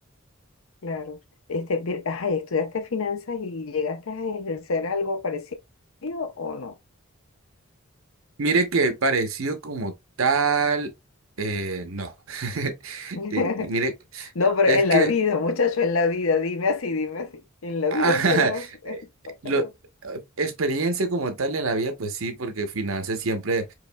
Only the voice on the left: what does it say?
claro. Este, vi- ay, ¿estudiaste finanzas y llegaste a ejercer algo parecido o no?
<laughs>
No, pero
en
la vida, muchacho, en la vida, dime así, dime así. En la
vida es que uno...
<laughs>